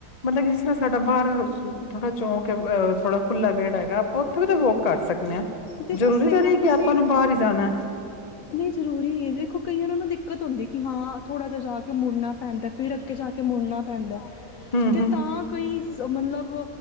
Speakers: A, on the left; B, on the left.
A: ਮਤਲਬ ਜਿਸ ਤਰ੍ਹਾਂ ਸਾਡਾ ਬਾਹਰ ਥੋੜਾ ਚੌਂਕਹ ਥੋੜਾ ਖੁੱਲਾ ਵਿੇਹੜ ਹੈਗਾ ਆਪਾਂ ਉੱਥੇ ਵੀ ਵੋਕ ਕਰ ਸਕਦੇ ਹਾਂ
B: ਦੇਖੋ
A: ਜ਼ਰੂਰੀ
B: ਸੈਰ
A: ਤਾਂ ਨਹੀਂ
B: ਤੁਸੀਂ
A: ਕਿ ਆਪਾਂ ਨੂੰ ਬਾਹਰ ਹੀ ਜਾਣਾ
B: ਨਹੀਂ ਜ਼ਰੂਰੀ ਨਹੀਂ ਦੇਖੋ ਕਈਆਂ ਨੂੰ ਉਹ ਦਿੱਕਤ ਹੁੰਦੀ ਕਿ ਹਾਂ ਥੋੜ੍ਹਾ ਜਿਹਾ ਜਾ ਕੇ ਮੁੜਨਾ ਪੈਂਦਾ ਫਿਰ ਅੱਗੇ ਜਾ ਕੇ ਮੁੜਨਾ ਪੈਂਦਾ
A: ਹਮ
B: ਅਤੇ
A: ਹਮ
B: ਤਾਂ ਕੋਈ ਮਤਲਬ